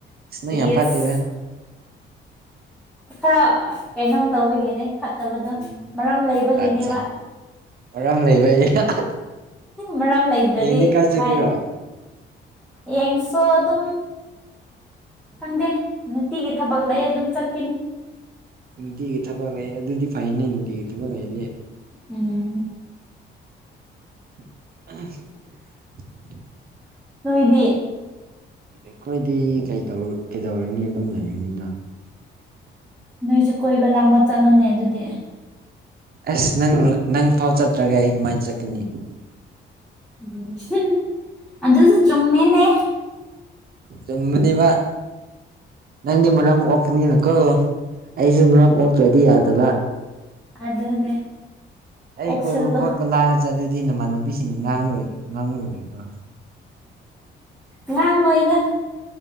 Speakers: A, on the right; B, in the centre.
A: ꯑꯁ ꯅꯪ
B: ꯏꯁ
A: ꯌꯥꯝ ꯐꯠꯇꯦꯗ
B: ꯈꯔ ꯀꯩꯅꯣꯝ ꯇꯧꯕꯒꯤꯅꯦ ꯐꯠꯇꯕꯗꯣ
A: ꯎꯝ
B: ꯃꯔꯝ ꯂꯩꯕꯒꯤꯅꯦꯕ
A: ꯑꯠꯆꯥ ꯃꯔꯝ ꯂꯩꯕꯩ <unintelligible>
B: ꯃꯔꯝ ꯂꯩꯗ꯭ꯔꯥꯗꯤ
A: ꯍꯌꯦꯡꯗꯤ ꯀꯥꯏ
B: ꯀꯃꯥꯏꯅ
A: ꯆꯠꯀꯦꯔꯣ
B: ꯌꯦꯡꯁꯣ ꯑꯗꯨꯝ ꯈꯪꯗꯦ ꯅꯨꯡꯇꯤꯒꯤ ꯊꯕꯛ ꯂꯩ
A: ꯎꯝ
B: ꯑꯗꯨꯝ ꯆꯠꯈꯤꯅꯤ
A: ꯅꯨꯡꯇꯤꯒꯤ ꯊꯕꯛ ꯂꯩ ꯑꯗꯨꯗꯤ ꯐꯩꯅꯦ ꯅꯨꯡꯇꯤꯒꯤ ꯊꯕꯛ ꯂꯩꯗꯤ
B: ꯎꯝ
A: <inaudible>
B: ꯅꯣꯏꯗꯤ
A: ꯑꯩꯈꯣꯏꯗꯤ ꯀꯩꯇꯧ ꯀꯩꯗꯧꯔꯨꯅꯤ ꯑꯗꯨꯝ ꯂꯩꯔꯤꯅꯤꯅ
B: ꯅꯣꯏꯁꯨ ꯀꯣꯏꯕ ꯂꯥꯡꯕ ꯆꯠꯂꯨꯅꯦ ꯑꯗꯨꯗꯤ
A: ꯑꯁ ꯅꯪ ꯅꯪ ꯐꯥꯎ ꯆꯠꯇ꯭ꯔꯒ ꯑꯩ ꯀꯃꯥꯏꯅ ꯆꯠꯀꯅꯤ
B: ꯎꯝ ꯑꯗꯨꯁꯨ ꯆꯨꯝꯃꯤꯅꯦ
A: ꯆꯨꯝꯕꯅꯦꯕ ꯅꯪꯗꯤ ꯃꯔꯝ ꯑꯣꯄꯅꯤꯅꯀꯣ ꯑꯩꯁꯨ ꯃꯔꯝ ꯄꯣꯛꯇ꯭ꯔꯥꯗꯤ ꯌꯥꯗꯕ
B: ꯑꯗꯨꯅꯦ
A: ꯑꯩ
B: ꯑꯣꯛꯁꯜꯂꯣ
A: ꯀꯣꯏꯕ ꯈꯣꯠꯄ ꯂꯥꯡꯅ ꯆꯠꯂꯗꯤ ꯅꯃꯥꯟꯅꯕꯤꯁꯤꯡꯅ ꯉꯥꯡ ꯉꯥꯡꯂꯣꯏꯗ꯭ꯔꯣ
B: ꯉꯥꯡꯉꯣꯏꯗ